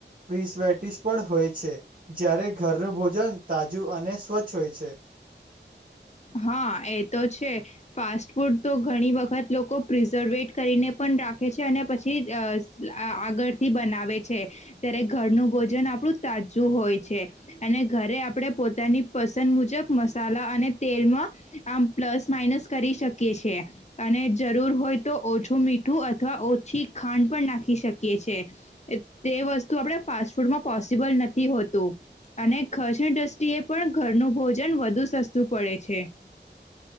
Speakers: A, on the right; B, on the left.
A: પ્રિસ્વેટીસ પણ હોય છે, જ્યારે ઘરનું ભોજન તાજું અને સ્વચ્છ હોય છે.
B: હા, એ તો છે, ફાસ્ટ ફૂડ તો ઘણી વખત લોકો પ્રિઝર્વેટ કરીને પન રાખે છે અને પછી અ સ આગળથી બનાવે છે ત્યારે ઘરનું ભોજન આપણું તાજું હોય છે અને ઘરે આપણે પોતાની પસંદ મુજબ મસાલા અને તેલમાં આમ પ્લસ માઇનસ કરી શકીએ છીએ અને જરૂર હોય તો ઓછું મીઠું અથવા ઓછી ખાંડ પણ નાખી શકીએ છે, તે વસ્તુ આપણે ફાસ્ટ ફૂડમાં પોસિબલ નથી હોતું અને ખર્ચની દ્રષ્ટિએ પણ ઘરનું ભોજન વધુ સસ્તું પડે છે.